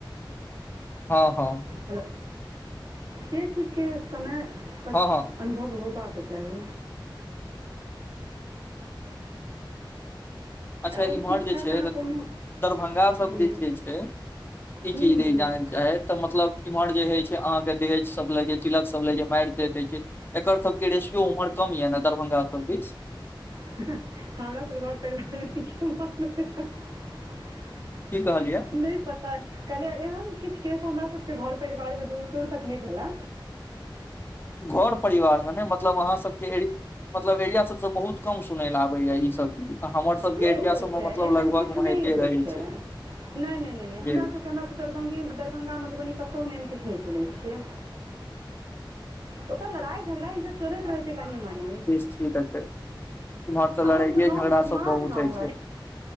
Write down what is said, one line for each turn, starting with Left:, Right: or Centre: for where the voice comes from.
Left: हँ हँ।
Right: हेलो, जे चीज के समय
Left: हँ हँ
Right: अनुभव होबाक चाही।
Left: अच्छा
Right: आओर
Left: इम्हर
Right: शिक्षाके
Left: जे छै
Right: अहाँ
Left: दरभंगा
Right: कोनो हूँ
Left: सब दिस जे छै ई
Right: हूँ
Left: चीज
Right: हूँ
Left: नै
Right: हूँ
Left: जानय चाहै तऽ मतलब इम्हर जे हइ छै अहाँ के दहेज सब ले जे तिलक सब ले जे मारि दे दै छै। एकर सबके रेसियो उमहर कम येए ने दरभंगा सब दिस?
Right: हमरा सबके घर पर
Left: की कहलियै?
Right: नै पता कहलियै एहन किछ केस हमरा सबके घर परिवार मे दूर- दूर तक नै भेला।
Left: घर परिवार मे नै मतलब अहाँ सबके एरि मतलब एरिया सब सॅं बहुत कम सुनय ले आबैये इ सब चीज। हमर सबके
Right: नै
Left: एरिया
Right: होइ
Left: सबमे
Right: छै
Left: मतलब
Right: एहन
Left: लगभग
Right: किछ
Left: मे
Right: नै
Left: होइते
Right: होइ
Left: रहै
Right: छै नै नै नै नै हमरा
Left: जे
Right: सबके हमरा दरभंगे मे दरभंगा मधुबनी कतौ हम एहन किछ नै सुनै छियै। ओ तऽ लड़ाइ झगड़ा इ सब चलैत रहै छै कनिये मनी।
Left: कि देतै इम्हर तऽ लड़ाइये
Right: सबके
Left: झगड़ा
Right: गाँव बदमाश
Left: सब बहुत
Right: गाँव
Left: हइ छै।
Right: अइ